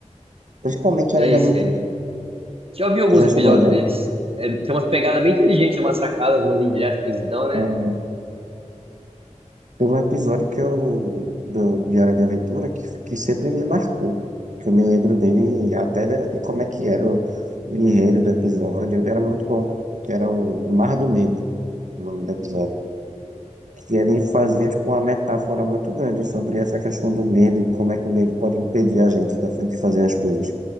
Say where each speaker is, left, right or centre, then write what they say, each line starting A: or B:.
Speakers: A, on the right; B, on the right.
A: Principalmente
B: sei,
A: Hora de Aventura.
B: sei. Já vi alguns
A: Tu já
B: episódios
A: chegou a ver?
B: deles. É, tem umas pegadas bem inteligentes, umas sacadas, umas indiretas que eles dão, né?
A: É, tem um episódio que eu, do, de Hora de Aventura que, que sempre me marcou. Que eu me lembro dele até de, de como é que era o, o enredo do episódio. Era muito bom. Que era o, o Mar do Medo, o nome do episódio.
B: Hum,
A: que ele fazia tipo, uma metáfora muito grande sobre essa questão do medo e como é que o medo pode impedir a gente da- de fazer as coisas,